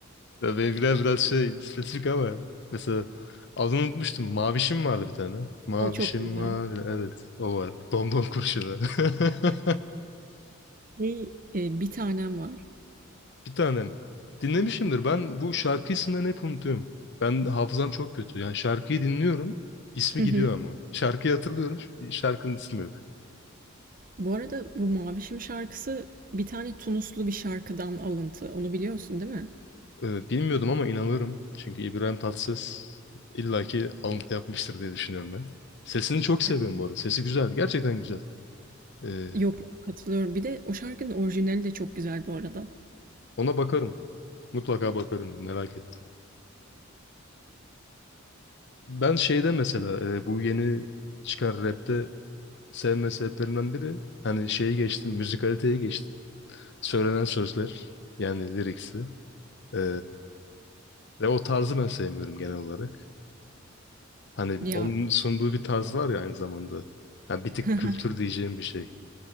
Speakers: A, on the left; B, on the right.
A: Ya benimkiler biraz şey spesifik ama mesela adını unutmuştum. Mavişim vardı bir tane. Mavişim
B: O çok güzel.
A: mavi. Evet o var. Domdom kurşunu. <laughs>
B: Şey, eee, Bir Tanem var.
A: Bir tanem. Dinlemişimdir. Ben bu şarkı isimlerini hep unutuyorum. Ben hafızam çok kötü. Yani şarkıyı dinliyorum. ismi
B: Hı hı.
A: gidiyor ama. Şarkıyı hatırlıyorum. Şarkının ismi yok.
B: Bu arada bu Mavişim şarkısı bir tane Tunuslu bir şarkıdan alıntı. Onu biliyorsun değil mi?
A: Ee, bilmiyordum ama inanırım. Çünkü İbrahim Tatlıses illaki alıntı yapmıştır diye düşünüyorum ben. Sesini çok
B: Ya.
A: seviyorum bu arada. Sesi güzel. Gerçekten güzel. Ee,
B: Yok, yok, katılıyorum. Bir de o şarkının orijinali de çok güzel bu arada.
A: Ona bakarım. Mutlaka bakarım. Merak ettim. Ben şeyde mesela e, bu yeni çıkan rapte sevme sebeplerinden biri hani şeyi geçtim, müzikaliteye geçtim. Söylenen sözler yani liriksi. E, ve o tarzı ben sevmiyorum genel olarak. Hani
B: Ya
A: onun sunduğu bir tarz var ya aynı zamanda. Yani bir tık
B: <laughs>
A: kültür diyeceğim bir şey.